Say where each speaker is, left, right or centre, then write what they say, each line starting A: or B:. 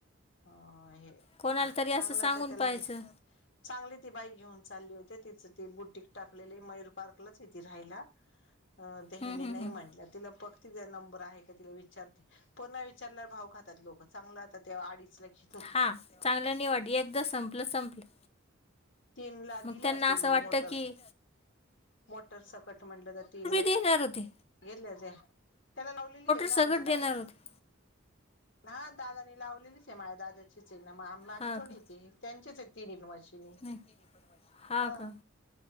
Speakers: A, on the left; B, on the left.
A: अ हे
B: कोणाला
A: ह.
B: तरी
A: चांगलं
B: असं सांगून
A: त त्याला
B: पाहायचं
A: घे चांगली ती, बाई घेऊन चालली होते. तिचं ती, बुटीक टाकलेलय. मयूर पार्कलाचय ती राहायला. अ, ते
B: हं,
A: ह्यानी
B: हं,
A: नाही
B: हं.
A: म्हटलं, तिन बगते. तिचा नंबर आहे का? तिला विचारते. पुन्हा विचारल्यावर भाव खातात लोक चांगलाात ते अडीचला घे.
B: हा चांगल् निवड वाट एकदा संपलं संपलं.
A: तीन ला
B: मग
A: दिली
B: त्यांना
A: असते
B: असं
A: मोटरचं.
B: वाटतं की
A: मटर सकट म्हटलं तर तीनला.
B: तती घे ना र हो ती.
A: गेेतले ते. त्याला लावलेलीच आहे ना,
B: सगळं
A: आमच्या दादानी
B: देणार होते
A: अ हा दादानी लावलेली. ते माझ्या दादाचीच आहे ना, मा माझी
B: हा
A: थोडी
B: का
A: आहे. त्यांचेच ती पण क वचं तिने
B: नाही हा
A: हाअ
B: का